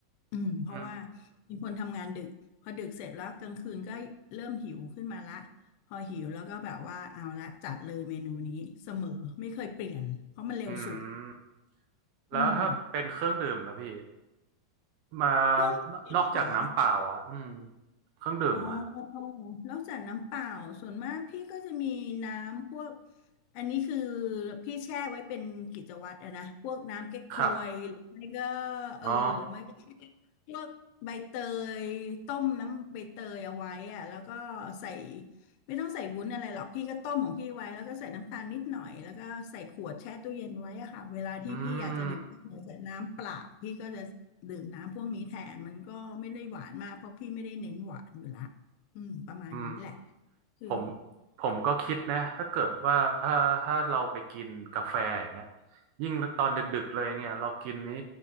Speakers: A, on the left; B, on the right.
A: อืมเพราะว่า
B: อืม
A: เป็นคนทำงานดึกพอดึกเสร็จแล้วกลางคืนก็เริ่มหิวขึ้นมาละพอหิวแล้วก็แบบว่าเอาละจัดเลยเมนูนี้เสมอไม่เคยเปลี่ยนเพราะมันเร็วสุด
B: อืมแล้วถ้าเป็นเครื่องดื่มล่ะพี่
A: อืม
B: มา
A: เครื่องดื่มเหรอ
B: นนอกจากน้ำเปล่าอ่ะอืมเครื่องดื่มอ่ะ
A: อ๋อนอกจากน้ำเปล่าส่วนมากพี่ก็จะมีน้ำพวกอันนี้คือพี่แช่ไว้เป็นกิจวัตรอะนะพวกน้ำเก๊กฮวยหรือไม่ก็
B: ครับ
A: เออหรือไม่ก็
B: อ๋อ
A: พวกใบเตยต้มน้ำใบเตยเอาไว้อะแล้วก็ใส่ไม่ต้องใส่วุ้นอะไรหรอกพี่ก็ต้มของพี่ไว้แล้วก็ใส่น้ำตาลนิดหน่อยแล้วก็ใส่ขวดแช่ตู้เย็นไว้อะค่ะเวลาที่พี่อยากจะดื่มเหลือจากน้ำเปล่าพี่ก็จะ
B: อืม
A: ดื่มน้ำพวกนี้แทนมันก็ไม่ได้หวานมากเพราะพี่ไม่ได้เน้นหวานอยู่ละอืมประมาณนี้แหละ
B: อืม
A: คือ
B: ผมผมก็คิดนะถ้าเกิดว่าถ้าถ้าเราไปกินกาแฟอย่างเงี้ยยิ่งตอนดึกๆเลยเนี่ยเรากินนี้